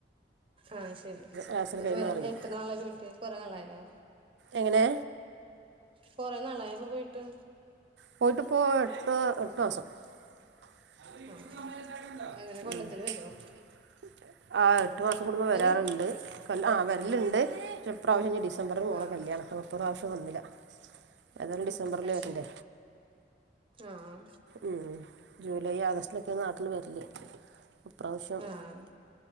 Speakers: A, on the right; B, on the right.
A: ആഹ് ശരി
B: റാസൽ കൈമ അറിയും
A: എത്ര നാളായി പോയിട്ട് കൊറെ നാളായോ
B: എങ്ങനെ
A: കൊറെ നാളായപ്പോ പോയിട്ട്
B: പോയിട്ട്പ്പോ എട്ട് എട്ട് മാസം <unintelligible>
A: ആഹ് അങ്ങനെ കൊല്ലത്തില് വരുവോ
B: ആഹ് എട്ടു മാസം കൂടുമ്പോ വരാറുണ്ട്
A: വരും
B: ആഹ് വരലുണ്ട് ഈ പ്രാവശ്യം ഇനി ഡിസം ഡിസംബർ മോളെ
A: ആഹ്
B: കല്യാണം അപ്പൊ ഈ പ്രാവശ്യം വന്നില്ല. ഏതായാലും ഡിസംബറിൽ
A: അത്
B: വര്ണ്ട്.
A: ശരി ആഹ്
B: ഉം ജൂലൈ ആഗസ്റ്റിലൊക്കെ നാട്ടില് വരല് ഇപ്രാവശ്യം.
A: ആഹ്